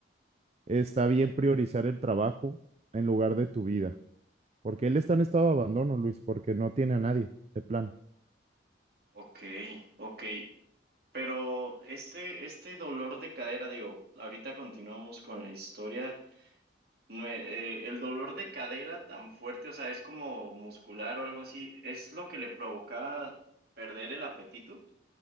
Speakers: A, on the right; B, on the right.
A: está bien priorizar el trabajo en lugar de tu vida, porque él está en estado de abandono, Luis, porque no tiene a nadie, de plano.
B: Ok, ok. Pero este, este dolor de cadera, digo, ahorita continuamos con la historia. Me- eh, el dolor de cadera tan fuerte, o sea, es como muscular o algo así, ¿es lo que le provocaba perder el apetito?